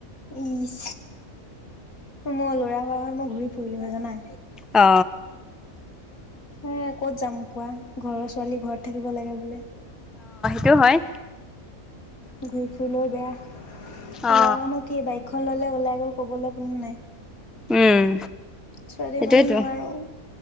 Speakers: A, on the left; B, in the centre.
A: ইচ মই লৰা হোৱা হয় মই ঘূৰি ফুৰিলো হয়ে জানা।
B: অ
A: অ ক'ত যাম কোৱা ঘৰৰ ছোৱালী ঘৰত থাকিব লাগে বোলে।
B: টো হয়
A: ঘুৰি ফুৰিলেও বেয়া
B: অ
A: লৰা মানুহ কি বাইক এখন ল'লে ওলাই গ'ল ক'বলৈ কোনো নাই।
B: উম
A: ছোৱালী
B: সেইটোয়েইতো
A: মানুহ নোৱাৰো